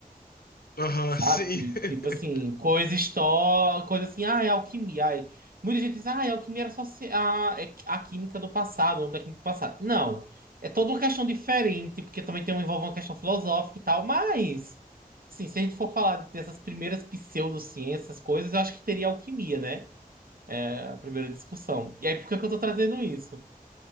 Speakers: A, on the left; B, on the right.
A: Aham,
B: Sabe?
A: sim. <laughs>
B: Tipo assim, coisa histó coisa assim, ah, é alquimia. Ai. Muita gente diz, ah, é alquimia era só se- a, é a química do passado, o nome da química do passado. Não, é toda uma questão diferente, porque também tem, um- envolve uma questão filosófica e tal, mas, assim, se a gente for falar de- dessas primeiras pseudociências, essas coisas, eu acho que teria alquimia, né? É a primeira discussão. E aí, por que que eu tô trazendo isso?